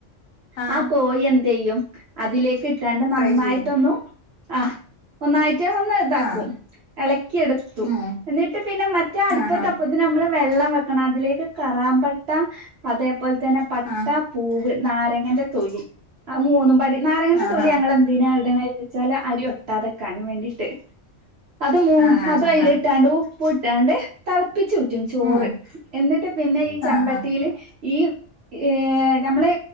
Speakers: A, on the left; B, on the right.
A: ആഹ്
B: ആ കോയി എന്തെയ്യും അതിലേക്ക് ട്ടാണ്ട് നന്നായിട്ടൊന്നു
A: ഫ്രൈ ചെയ്യും
B: ആഹ് ഒന്നായിട്ട് ഒന്ന് താകും
A: ആഹ്
B: എളക്കി എടുത്തു
A: ഉം
B: എന്നിട്ട് പിന്നെ മറ്റേ അട്പ്പത്ത
A: ആഹാ
B: ഇതിനമ്മള് വെള്ളം വെക്കണം അതിലേക്ക് കറാമ്പട്ട അതേപോൽ തെന്നെ പട്ട
A: ആഹ്
B: പൂവ്, നാരങ്ങന്റെ തൊലി ആ മൂന്നും പാടെ നാരങ്ങന്റെ
A: ആഹാ
B: തൊലി ഞങ്ങളെ ന്തിനാ ഇടണ് വെച്ചാല് അരി ഒട്ടാതെക്കാനും വേണ്ടീട്ട് അത് മൂ
A: ആഹാഹാ
B: അതയ്ല്ട്ടാണ്ട് ഉപ്പുട്ടാണ്ട് തളപ്പിച്ചൂറ്റും ചോറ്
A: ഉം
B: എന്നിട്ട് പിന്നെ ഈ ചമ്പട്ടി
A: ആഹാ
B: ക്ക്ല് ഈ ഏഹ് നമ്മള്